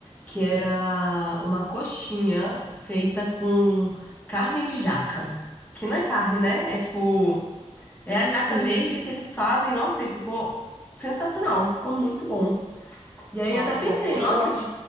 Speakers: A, on the left; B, on the right.
A: que era uma coxinha feita com carne de jaca. Que não é carne, né? É tipo, é a jaca
B: Sim.
A: verde que eles fazem, nossa, e ficou sensacional, ficou muito bom. E aí
B: Nossa,
A: até pensei,
B: eu,
A: nossa, de